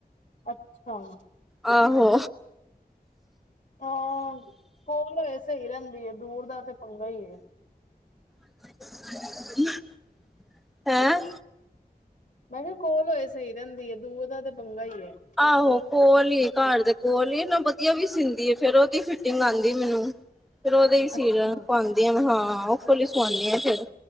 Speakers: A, on the left (about 60°); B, in the centre.
A: ਅੱਛਾ, ਹੂਨ
B: ਆਹੋ।
A: <inaudible> ਕੋਲ -ਕੋਲ ਹੋਏ ਸਹੀ ਰਹਿੰਦੀ ਐ, ਦੂਰ ਦਾ ਤੇ ਪੰਗਾ ਹੀ ਏ।
B: <unintelligible> ਹੈਂ?
A: ਮੈਂ ਕੇਹਾ ਕੋਲ ਹੋਏ ਸਹੀ ਰਹਿੰਦੀ ਐ, ਦੂਰ ਦਾ ਤੇ ਪੰਗਾ ਈ ਏ।
B: ਆਹੋ ਕੋਲ ਹੀ ਏ ਘਰ ਦੇ ਕੋਲ ਈ ਏ ਨਾਲ ਵਧੀਆਂ ਵੀ ਸੀਂਦੀ ਐ, ਫੇਰ ਓਹਦੀ ਫਿਟਿੰਗ ਆਂਦੀ ਮੈਨੂੰ।
A: <inaudible>
B: ਫੇਰ ਉਹਦੀ ਹੀ
A: ਅੱਛਾ
B: <unintelligible> ਤੇ ਹਾਂ ਓਹਦੇ ਕੋਲੀ ਸਵਾਂਨੀ ਆ ਫੇਰ,